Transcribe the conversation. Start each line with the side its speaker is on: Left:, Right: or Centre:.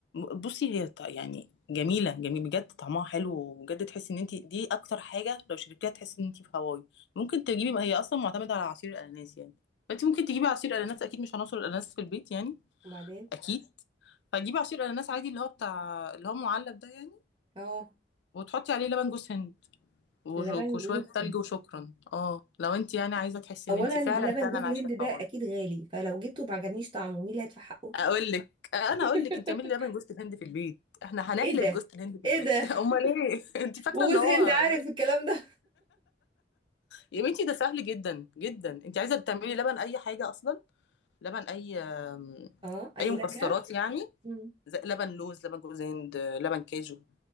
Left: بصي هي ط- يعني جميله جميل بجد طعمها حلو وبجد تحسي ان انت دي اكتر حاجه لو شربتيها تحسي ان انت في هواي ممكن تجيبي هي اصلا معتمده على عصير الاناناس يعني فانت ممكن تجيبي عصير اناناس اكيد مش هنوصل الاناناس في البيت يعني
Right: <laughs> وبعدين
Left: اكيد فهتجيبي عصير اناناس عادي اللي هو بتاع اللي هو معلب ده يعني
Right: اه
Left: وتحطي عليه لبن جوز هند وش-
Right: لبن
Left: وشويه
Right: جوز
Left: تلج
Right: هند.
Left: وشكرا اه لو انت يعني عايزه تحسي
Right: اولا
Left: ان انت فعلا
Right: لبن
Left: فعلا
Right: جوز الهند
Left: عايشه الحوار
Right: ده اكيد
Left: ده.
Right: غالي فلو جبته ما عجبنيش طعمه مين اللي هيدفع حقه
Left: اقول لك انا
Right: <laughs>
Left: اقول لك انت اعملي لبن جوز الهند في البيت احنا هنحلب
Right: ايه ده
Left: جوز الهند في البيت
Right: ايه ده
Left: <laughs> امال ايه <laughs> انت فاكره
Right: وجوز
Left: ان هو
Right: هند عارف الكلام ده
Left: يا بنتي ده سهل جدا جدا انت عايزه تعملي لبن اي حاجه اصلا لبن اي آم،
Right: اه اي
Left: اي مكسرات
Right: نكهه
Left: يعني
Right: مم.
Left: زي لبن لوز لبن جوز هند لبن كاجو